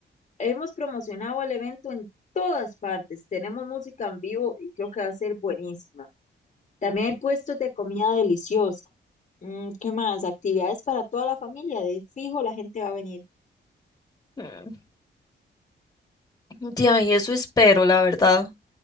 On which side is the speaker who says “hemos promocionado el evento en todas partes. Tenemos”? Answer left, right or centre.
Left